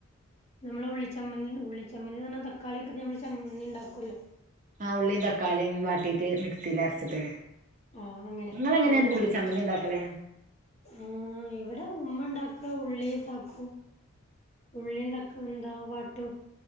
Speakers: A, on the left (about 30°); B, on the right (about 35°).
A: നമ്മളെ ഉള്ളിച്ചമ്മന്തി ഉള്ളിച്ചമ്മന്തിന്ന് പർഞ്ഞ തക്കാളിക്കെ നമ്മള് ചമ്മന്തി ഇണ്ടാക്കുല്ലോ
B: ആഹ് ഉള്ളീം, തക്കാളീം, വാട്ടീട്ട് മിക്സില് അര്ച്ച്ട്ട്
A: ആഹ് അങ്ങനെ
B: ഇങ്ങളെങ്ങനെ
A: അങ്ങനെ
B: ഉള്ളിച്ചമ്മന്തി ഇണ്ടാക്കല്
A: ആഹ് ഇവിടെ ഉമ്മ ഇണ്ടാക്ക ഉള്ളിതാക്കും ഉള്ളീം തക്ക ന്താ വാട്ടും